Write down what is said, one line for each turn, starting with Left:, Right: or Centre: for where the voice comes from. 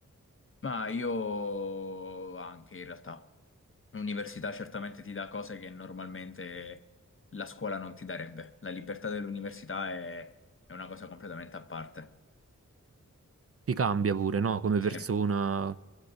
Left: Ma io anche in realtà. L'università certamente ti dà cose che normalmente la scuola non ti darebbe. La libertà dell'università è, è una cosa completamente a parte.
Right: ti cambia pure, no? Come
Left: Sì,
Right: persona,